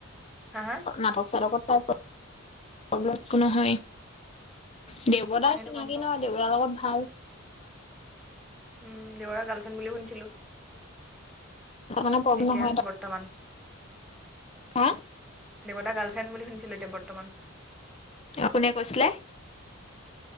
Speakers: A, in the centre; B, on the left.
A: হা হা
B: নাটক চাটকত তাৰ প্ৰব্লেম <inaudible> প্ৰব্লেম একো নহয়ে। দেৱতাৰ
A: সেইটো
B: চিনাকি
A: গম পাওঁ
B: নহ দেৱতাৰ লগত ভাল।
A: উম দেৱ দাৰ গাৰ্লফ্ৰেণ্ড বুলি শুনিছিলো।
B: মানে প্ৰব্লেম
A: এতিয়া।
B: নহয় তাই।
A: বৰ্তমান।
B: হা <inaudible>
A: দেৱদাৰ গাৰ্ল ফ্ৰেণ্ড বুলি শুনিছিলো এতিয়া বৰ্তমান।
B: কোনে কৈছিলে?